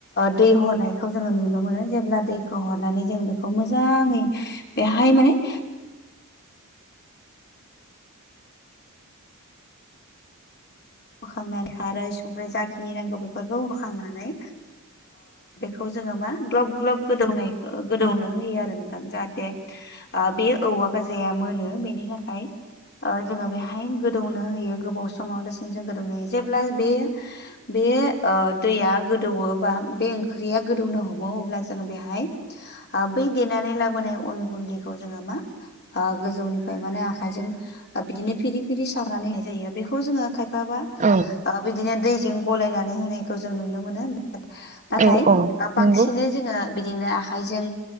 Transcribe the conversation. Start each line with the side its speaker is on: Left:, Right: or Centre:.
Left: दै हरनायखौ जोङो नुनो मोनो जेब्ला दैखौ हरनानै जों बेखौ मोजाङै बेेहाय माने होखांनानै खारै संख्रि जाखिनि नांगौ बेफोरखौ होखांनानै खौ जोङो मा ग्लब ग्लब गोदौनाय गोदौनो होयो आरो नोंथां जाहाथे बे औवा गाजाया मोनो बेनि थाखाय जोङो बेहाय गोदौनो होयो गोबाव समाव दसिनो जों गोदौनो होयो जेब्ला बे बे दैया गोदौो बा बे ओंख्रिया गोदौनो हमो अब्ला जोङो बेहाय बै देनानै लाबोनाय अन गुन्दैखौ जोङो मा गोजौनिफ्राय माने आखायजों बिदिनो फिरि फिरि सारनानैहाय जायो बेखौ जोङो खाय बाबा
Right: औ
Left: बिदिनो दैजों गलायनानै होनायखौ जों नुनो मोनो नाथाय
Right: औ औ
Left: बांसिनै
Right: नंगौ
Left: जोङो बिदिनो आखायजों